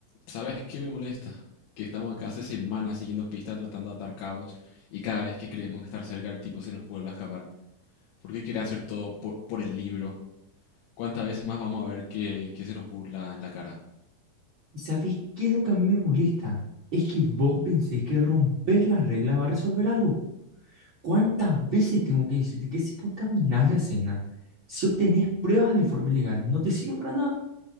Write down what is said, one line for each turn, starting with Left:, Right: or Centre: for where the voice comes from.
Left: ¿Sabes qué me molesta? Que estamos acá hace semanas siguiendo pistas, tratando de atar cabos, y cada vez que creemos que estar cerca el tipo se nos vuelve a escapar. ¿Por qué quiere hacer todo por, por el libro? ¿Cuántas veces más vamos a ver que, que se nos burla en la cara?
Right: ¿Y sabes qué es lo que a mí me molesta? Es que vos pensés que romper la regla va a resolver algo. ¿Cuántas veces tengo que decirte que si contaminás la escena, si obtenés pruebas de forma ilegal, no te sirve para nada?